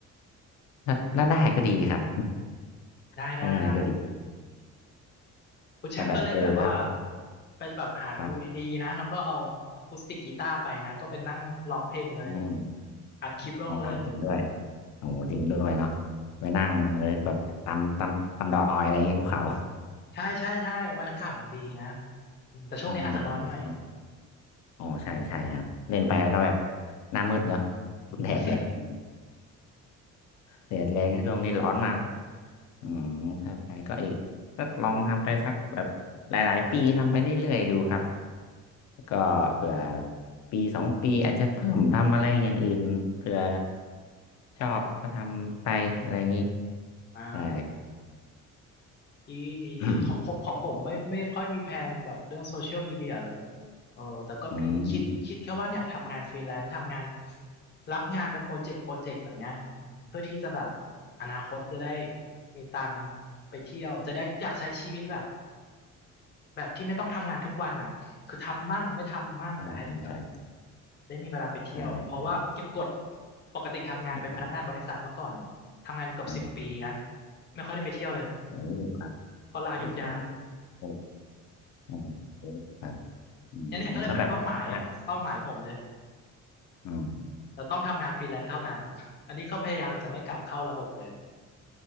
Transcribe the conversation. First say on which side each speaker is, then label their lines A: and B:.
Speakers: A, on the left; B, on the left.
A: ถ้าถ้าได้ก็ดีครับ <laughs>
B: ได้ได้ได้
A: ถ้าได้ก็ดี
B: คุณแชมป์ก็เล่นแบบว่า
A: แต่แบบเออถ้าเรา
B: ไปแบบหาวิวดีๆนะ
A: ครับ
B: แล้วก็เอาอะคูสติกกีตาร์ไปนะก็เป็นนั่งร้องเพลงเลย
A: อืม
B: อัดคลิปลงเลย
A: อ๋อจริงด้วยโอ้โหจริงด้วยเนาะไปนั่งเลยแบบตำตำตำดอยอะไรอย่างนี้ภูเขา
B: ใช่ใช่ใช่บรรยากาศมันดีนะอืมแต่ช่วงนี้อาจจะร้อนหน่อย
A: <laughs> เออ อ๋อใช่ใช่ครับเล่นไปแล้วก็แบบหน้ามืดเนาะ
B: อืม
A: แดดแรงแดดแรงนะช่วงนี้ร้อนมากอืมใช่ก็อีกก็ลองทำไปสักแบบหลายๆปีทำไปเรื่อยๆดูครับก็เผื่อปีสองปีอาจจะเพิ่มทำอะไรอย่างอื่นเผื่อชอบก็ทำไปอะไรอย่างนี้
B: <laughs> อ่า
A: ใช่
B: ดีดีดีของผมของผมไม่ไม่ค่อยมีแผนแบบเรื่องโซเชียลมีเดียเลย
A: <clears throat>
B: เออแต่ก็มีคิดคิดแค่ว่าเนี่ยทำงานฟรีแลนซ์ทำงาน
A: อืม
B: รับงานเป็นโปรเจกต์โปรเจกต์แบบเนี้ยอืมเพื่อที่จะแบบอนาคตจะได้มีตังค์ไปเที่ยวจะได้อยากใช้ชีวิตแบบ แบบที่ไม่ต้องทำงานทุกวันอ่ะคือทำมั่งไม่ทำมั่งแต่ให้มันแบบ
A: ใช่ครับใช่
B: ได้มีเวลาไปเที่ยว
A: ใช่ใช่
B: เพราะว่าเก็บกดปกติทำงานเป็นพนักงานบริษัทเมื่อก่อนเนี่ยทำงานอยู่เกือบสิบปีนะ
A: ไม่ปวดอืม
B: ไม่ค่อยได้ไปเที่ยวเลย
A: โอ้โหครับ
B: เพอลาหยุดยาว
A: โอ้โห โอ้โหครับอืมแล้วแบบนะ
B: เนี่ยเนี่ยก็เลยเป็นเป้าหมายอ่ะเป้าหมายผมเลย
A: อืม
B: เราต้องทำงานฟรีแลนซ์เท่านั้นอันนี้ก็พยายามจะไม่กลับเข้าระบบเลย